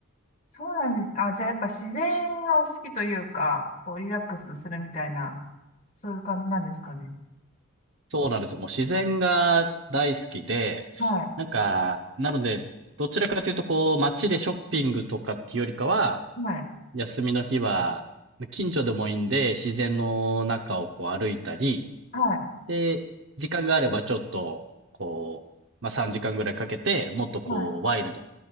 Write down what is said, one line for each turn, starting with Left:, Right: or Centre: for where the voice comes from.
Left: そうなんです。あ、じゃあやっぱ自然がお好きというか、こう、リラックスするみたいな、そういう感じなんですかね。
Right: そうなんですよ。もう自然が大好きで、
Left: はい。
Right: なんか、なので、どちらかというとこう街でショッピングとかっていうよりかは、
Left: はい。
Right: 休みの日は、近所でもいいんで、自然の中をこう歩いたり、
Left: はい。
Right: で、時間があればちょっと、こう、まあ、3時間ぐらいかけて、もっとこう、
Left: はい。
Right: ワイルドな